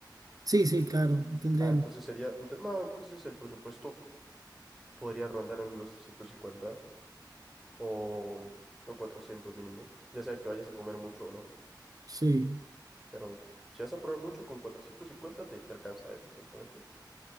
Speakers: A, on the right; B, in the centre.
A: Sí, sí, claro, tendría.
B: Ah, entonces sería, ente- no, entonces el presupuesto podría rondar en los 350 o, o 400 mínimo, ya sea que vayas a comer mucho o no.
A: Sí,
B: Pero si vas a probar mucho, con 450 te, te alcanza eh, perfectamente.